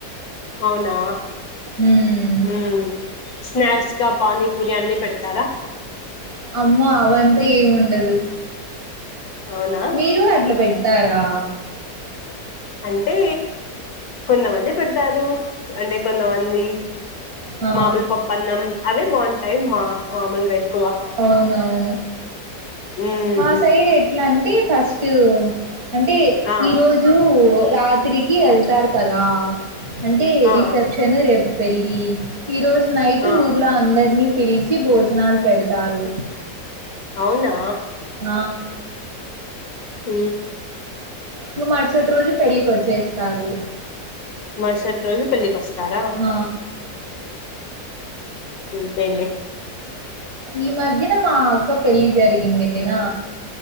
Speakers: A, on the left; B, on the right.
A: అవునా
B: మ్మ్
A: ఉ స్నాక్స్ కప్ పానీ పూరి అన్ని పెడతారా
B: అమ్మో అవంటే ఏముండదు
A: అవునా
B: మీరు అట్లా పె తరా
A: అంటే కొంతమంది పెడతారు అంటే కొంతమంది
B: ఆ
A: మామూలు పప్పన్నం అవే బాగుంటాయ్ మా మామూలుగా అయితే
B: అవునవును
A: ఉమ్
B: మా సైడ్ ఎట్లా అంటే ఫస్టు అంటే
A: ఆ
B: ఈరోజు రాత్రికి వెళ్తారు కదా అంటే
A: ఆ
B: రిసెప్షను రేపు పెళ్ళి ఈ రోజు నైట్
A: ఆ
B: ఊర్లో అందరినీ పిలిచి భోజనాలు పెడతారు
A: అవునా
B: ఆ
A: ఉ
B: ఇగ మరుసటి రోజు పెళ్లికి వచ్చేస్తారు
A: మరుసటి రోజు పెళ్ళికి వస్తారా
B: ఆ
A: ఇంతలె
B: ఈ మధ్యన మా అక్క పెళ్ళి జరిగిండేనా